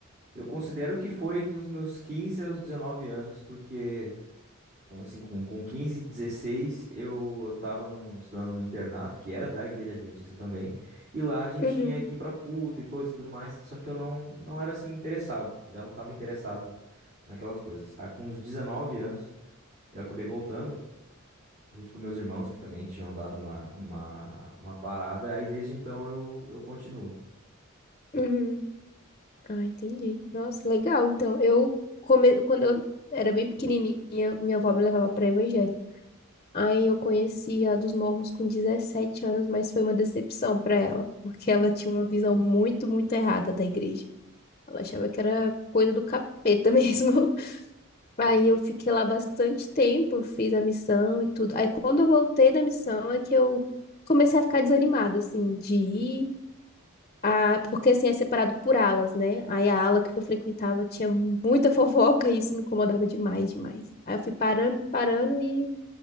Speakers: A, on the right; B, on the left.
A: Eu considero que foi dos meus 15 aos 19 anos, porque com, assim, com, com 15 16 eu, eu tava num- estudando no internato, que era da Igreja Adventista também, e lá a gente
B: Uhum,
A: tinha que ir para culto e coisas e tudo mais, só que eu não, não era assim interessado, já não estava interessado naquelas coisas. Aí, com uns 19 anos eu acabei voltando. Junto com meus irmãos, que também tinham dado uma, uma, uma parada, aí desde então eu, eu continuo.
B: uhum. Ah, entendi. Nossa, legal. Então, eu come... quando eu era bem pequenininha, minha avó me levava para evangélica. Aí eu conheci a dos mormons com 17 anos, mas foi uma decepção para ela, porque ela tinha uma visão muito, muito errada da igreja. Ela achava que era coisa do capeta <laughs> mesmo. Aí eu fiquei lá bastante tempo, fiz a missão e tudo. Aí quando eu voltei da missão é que eu comecei a ficar desanimada, assim, de ir Ah, porque assim é separado por alas, né? Aí a ala que eu frequentava tinha muita <laughs> fofoca e isso me incomodava demais, demais. Aí eu fui parando, parando e